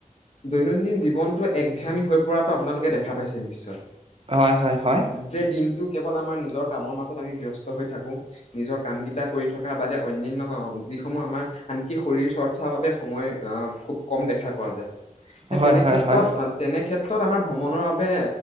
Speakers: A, on the left; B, on the right.
A: দৈনন্দিন জীৱনটো একঘেহামী হৈ পৰাটো আপোনালোকে দেখা পাইছে নিশ্চয়
B: হয় হয় হয়
A: যে দিন টো কেৱল আমাৰ নিজৰ কামৰ মাজত আমি ব্যস্ত হৈ থাকো নিজৰ কাম গীতা কৰি থাকোঁ বাদে অন্যান্য যিসমূহ আমাৰ আনকি শৰীৰ চৰ্চাৰ বাবে সময় আহ খুব কম দেখা পোৱা যায়। সেই
B: হয়
A: তেনে
B: হয়
A: ক্ষেত্ৰত
B: হয়
A: তেনে ক্ষেত্ৰত ত আমাৰ ভ্ৰমণৰ বাবে